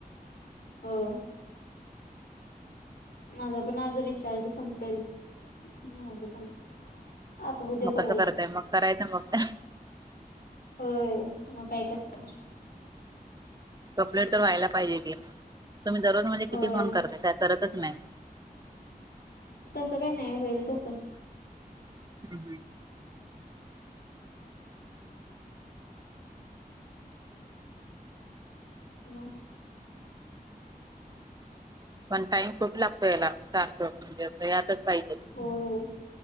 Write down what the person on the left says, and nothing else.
हो. माझा पण आज रिचार्ज संपेल माझ पण. आता उद्या
बघायचं
होय मग काय. ह.
होय
तसं काही नाही होईल तसं.
हम्.
होय होय.